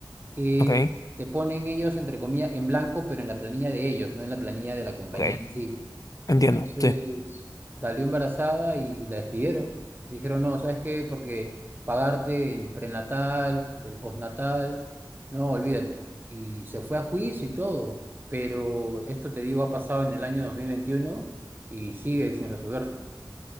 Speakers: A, on the right; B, on the left.
A: que
B: Ok,
A: te ponen ellos, entre comillas, en blanco, pero en la planilla de ellos, no en la planilla de la compañía
B: ok.
A: en sí.
B: Entiendo,
A: Entonces
B: sí.
A: salió embarazada y, y la despidieron. Dijeron, no, ¿sabes qué? Porque pagarte el prenatal, el postnatal, no, olvídate. Y se fue a juicio y todo. Pero esto te digo, ha pasado en el año 2021 y sigue sin resolverse.